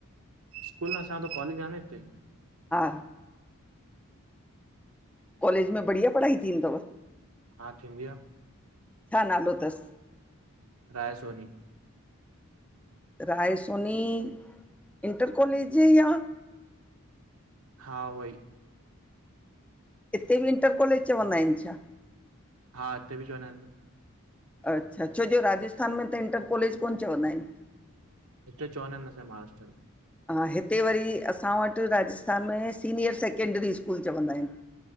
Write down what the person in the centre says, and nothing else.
हा कॉलेज में बढ़िया पढ़ाई थींदी तव?
छा नालो तस।
राय सोनी इंटर कॉलेज यां?
इते बि इंटर कॉलेज चवंदा आहिनि छा?
अच्छा छो जो राजस्थान में त इंटर कॉलेज कोन चवंदा आहिनि।
अन हिते वरी असां वटि राजस्थान में सीनियर सैकेंड्ररी स्कूल चवंदा आहिनि।